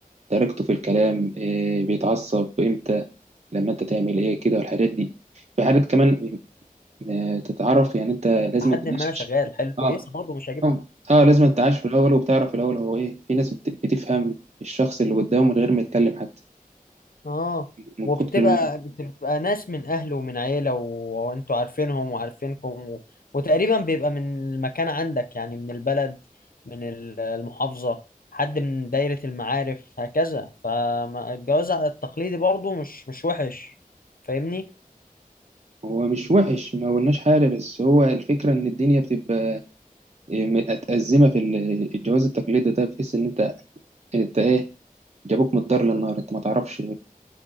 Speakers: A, on the right; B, on the left.
A: طريقته في الكلام إيه بيتعصب امتى لما انت تعمل ايه كده والحاجات دي في حاجات كمان آه، تتعرف يعني انت لازم
B: لحد
A: تعيش
B: ما شغال حلو كويسة
A: اه
B: برضه مش هجيب
A: اه آه، لازم تعيش في الاول وبتعرف في الاول هو ايه في ناس بت- بتفهم الشخص اللي قدامه من غير ما يتكلم حتى
B: اه
A: من
B: وبتبقى
A: كتر الم...
B: بتبقى ناس من اهله ومن عيله و- وانتوا عارفينهم وعارفينكم و... وتقريبا بيبقى من المكان عندك يعني من البلد من ال- المحافظه حد من دايره المعارف هكذا فالجواز على التقليدي برضو مش مش وحش فاهمني
A: هو مش وحش ما قلناش حاجه بس هو الفكره ان الدنيا بتبقى آه، متأزمة في ال- الجواز التقليدي ده بتحس إن أنت أنت إيه جابوك من الدار للنار انت ما تعرفش